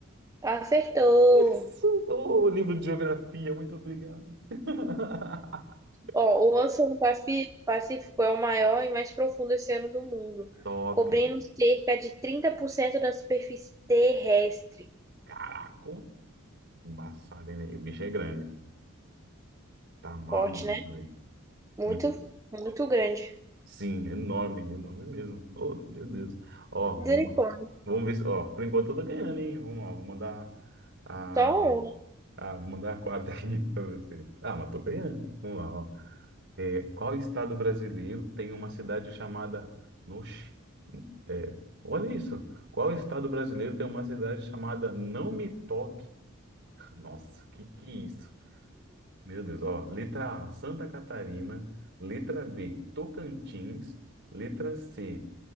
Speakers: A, on the right (about 15°); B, on the right (about 55°).
A: Acertou!
B: Isso! Ô, livro de geografia, muito obrigado. <laughs>
A: Ó, o Oceano Pafi- Pacífico é o maior e mais profundo oceano do mundo,
B: Top!
A: cobrindo cerca de 30% da superfície terrestre.
B: Caraca! Embaçado, hein, velho? O bicho é grande. Tá maluco,
A: Forte, né?
B: velho.
A: Muito,
B: Muito.
A: muito grande.
B: Sim, enorme, enorme mesmo. Oh, meu Deus. Ó,
A: Misericórdia.
B: vamos, vamos ver se. Ó, por enquanto eu tô ganhando, hein? Vamos lá, vou mandar a,
A: Só um.
B: a, vou mandar a quadra <laughs> aqui pra você. Ah, mas tô ganhando. Vamos lá, ó. É, qual estado brasileiro tem uma cidade chamada. Noxe, é, olha isso. Qual estado brasileiro tem uma cidade chamada Não Me Toque? Nossa, que que é isso? Meu Deus, ó, letra A, Santa Catarina, letra B, Tocantins, letra C,